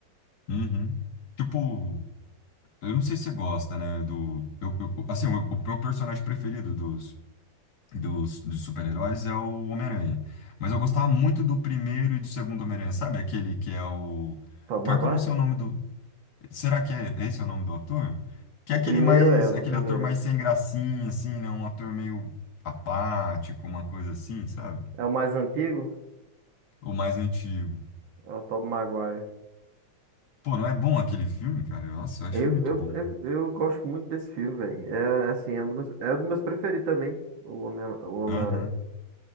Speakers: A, on the left (about 55°); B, on the right (about 85°).
A: Uhum. Tipo, eu não sei se você gosta, né, do... Eu, eu- assim, o o meu personagem preferido dos dos, dos super-heróis é o Homem-Aranha. Mas eu gostava muito do primeiro e do segundo Homem-Aranha, sabe? Aquele que é o.
B: Tobey
A: Pior
B: Maguire?
A: que eu não sei o nome do. Será que é esse é o nome do ator? Que
B: O
A: é aquele
B: primeiro
A: mais.
B: é, o do
A: Aquele
B: primeiro.
A: ator mais sem gracinha, assim, né? Um ator meio apático, uma coisa assim, sabe?
B: É o mais antigo?
A: O mais antigo.
B: É o Tobey Maguire.
A: Pô, não é bom aquele filme, cara? Eu- Nossa, eu acho
B: Eu,
A: muito
B: eu,
A: bom.
B: eu, eu gosto muito desse filme, velho. É assim, é um dos meus, é um dos meus preferidos também, o Homem, o Homem-Aranha.
A: Aham.